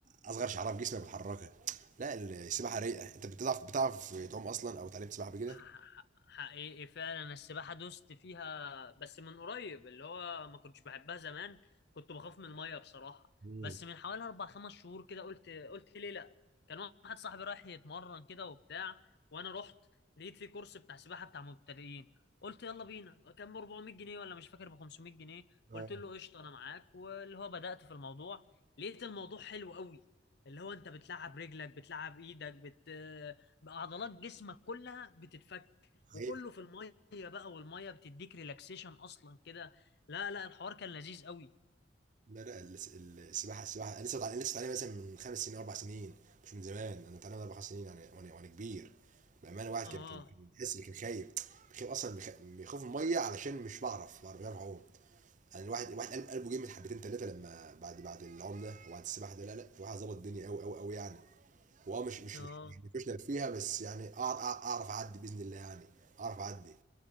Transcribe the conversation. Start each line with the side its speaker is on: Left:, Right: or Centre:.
Right: اصغر شعره في جسمك بتحركها لا السباحه رايقه انت بتعرف بتعرف تعوم اصلا او اتعلمت سباحه قبل كده؟
Left: ح- ح- حقيقي فعلا السباحة دوست فيها بس من قريب اللي هو ما كنتش بحبها زمان كنت بخاف من المية بصراحة
Right: مم.
Left: بس من حوالي أربع خمس شهور كده قلت قلت ليه لأ كان واحد صاحبي رايح يتمرن كده وبتاع وأنا رحت لقيت في كورس بتاع سباحة بتاع مبتدئين قلت يلا بينا كان ب 400 جنيه ولا مش فاكر ب 500 جنيه
Right: اه
Left: قلت له قشطة أنا معاك واللي هو بدأت في الموضوع لقيت الموضوع حلو قوي اللي هو أنت بتلعب رجلك بتلعب إيدك بت بقى عضلات جسمك كلها بتتفك
Right: حقيقي
Left: وكله في الميه بقى والميه بتديك ريلاكسيشن اصلا كده لا لا الحوار كان لذيذ قوي
Right: لا لا الس- السباحه السباحه انا لسه بتعلم لسه بتعلم مثلا من خمس سنين اربع سنين مش من زمان انا بتعلم اربع سنين يعني وانا وانا كبير بامانه واحد
Left: اه
Right: كان كان كان بيحس اللي كان خايف بيخاف اصلا بيخ- بيخاف من الميه علشان مش بعرف بعرف بعرف اعوم يعني الواحد الواحد قلب قلبه جامد حبتين ثلاثه لما بعد بعد العوم ده وبعد السباحه ده لا لا الواحد ظبط الدنيا قوي قوي قوي يعني هو آه مش مش
Left: اه
Right: مش مش بروفيشنال فيها بس يعني أع- أع- اعرف اعدي باذن الله يعني اعرف اعدي